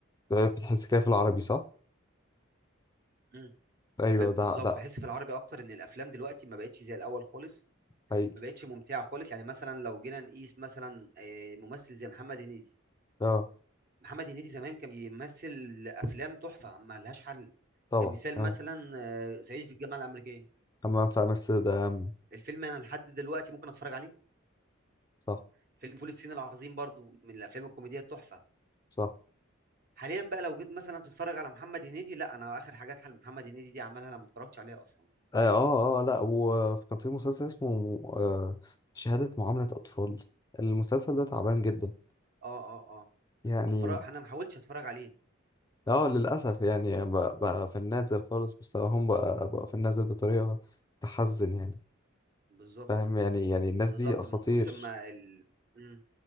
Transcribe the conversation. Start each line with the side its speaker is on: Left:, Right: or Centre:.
Left: بتحس كده في العربي صح؟
Right: مم.
Left: ايوه
Right: ب-
Left: ده
Right: بالظبط
Left: ده
Right: بحس في العربي اكتر ان الافلام دلوقتي ما بقتش زي الاول خالص
Left: حقيقي
Right: ما بقتش ممتعه خالص يعني مثلا لو جينا نقيس مثلا آه، ممثل زي محمد هنيدي
Left: اه
Right: محمد هنيدي زمان كان بيمثل افلام تحفه ما لهاش حل
Left: طبعا
Right: كمثال
Left: اه
Right: مثلا آه، صعيدي في الجامعه الامريكيه
Left: حمام في امستردام ده اهم
Right: الفيلم انا لحد دلوقتي ممكن اتفرج عليه
Left: صح
Right: فيلم فول الصين العظيم برضو من الافلام الكوميديه التحفه
Left: صح
Right: حاليا بقى لو جيت مثلا تتفرج على محمد هنيدي لا انا اخر حاجات حل محمد هنيدي دي عملها انا ما اتفرجتش عليها اصلا
Left: اه اه, آه لا وكان في مسلسل اسمه آه شهادة معاملة اطفال المسلسل ده تعبان جدا
Right: اه اه اه
Left: يعني
Right: ما اتفرج انا ما حاولتش اتفرج عليه
Left: اه للاسف يعني بقى, بقى في النازل خالص مستواهم بقى بقى في النازل بطريقة تحزن يعني
Right: بالظبط
Left: فاهم يعني يعني الناس
Right: بالظبط
Left: دي اساطير
Right: من كتر ما ال... مم.